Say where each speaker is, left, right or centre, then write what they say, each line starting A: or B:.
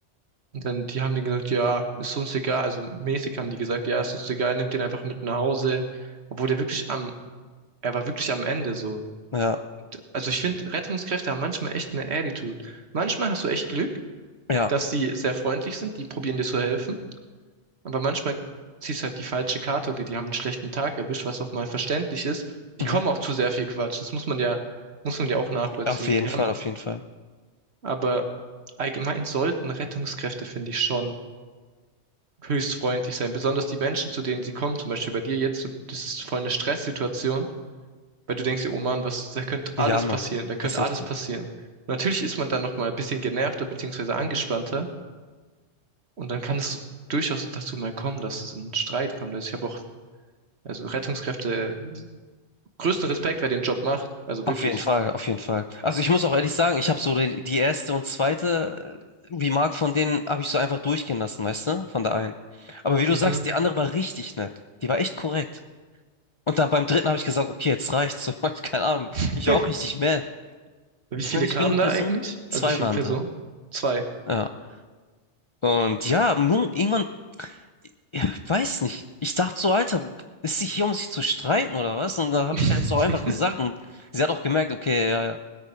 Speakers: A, on the right (about 65°); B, on the left (about 45°).
A: Und dann, die haben denen gesagt, ja, ist uns egal. Also mäßig haben die gesagt, ja, ist uns egal, nimmt den einfach mit nach Hause. Obwohl der wirklich am, er war wirklich am Ende so.
B: Ja,
A: Und, also ich finde, Rettungskräfte haben manchmal echt eine Attitude. Manchmal hast du echt Glück,
B: ja,
A: dass sie sehr freundlich sind, die probieren dir zu helfen. Aber manchmal ziehst halt die falsche Karte oder die haben einen schlechten Tag erwischt, was auch mal verständlich ist.
B: mhm.
A: Die kommen auch zu sehr viel Quatsch. Das muss man ja, muss man ja auch nachvollziehen.
B: Auf jeden
A: Die
B: Fall,
A: haben,
B: auf jeden Fall.
A: aber allgemein sollten Rettungskräfte, finde ich, schon höchst freundlich sein. Besonders die Menschen, zu denen sie kommen, zum Beispiel bei dir jetzt, du- das ist voll eine Stresssituation, weil du denkst dir, oh Mann, was, da könnte alles
B: Ja, Mann,
A: passieren, da könnte
B: ist echt
A: alles
B: so.
A: passieren. Und Natürlich ist man dann noch mal ein bisschen genervter beziehungsweise angespannter und dann kann es durchaus dazu mal kommen, dass es einen Streit kommt. Also ich habe auch Also Rettungskräfte, größten Respekt, wer den Job macht. Also
B: Auf
A: wirklich.
B: jeden Fall, auf jeden Fall. Also ich muss auch ehrlich sagen, ich habe so die, die erste und zweite äh, Remark von denen habe ich so einfach durchgehen lassen, weißt du, von der einen. Aber wie du
A: Mhm.
B: sagst, die andere war richtig nett. Die war echt korrekt. Und dann beim dritten habe ich gesagt, okay, jetzt reicht's. So, <laughs> keine Ahnung,
A: <laughs>
B: ich war auch richtig mad.
A: Wie viele
B: Und ich
A: kamen
B: bin eine Person,
A: da eigentlich?
B: zwei
A: Also wie viele
B: waren
A: Personen?
B: da.
A: Zwei.
B: Ja. Und ja, nun, irgendwann, ja, ich weiß nicht. Ich dachte so, Alter, ist sie hier, um sich zu streiten oder was? Und dann habe
A: <laughs>
B: ich das auch einfach gesagt und sie hat auch gemerkt, okay, ja, ja.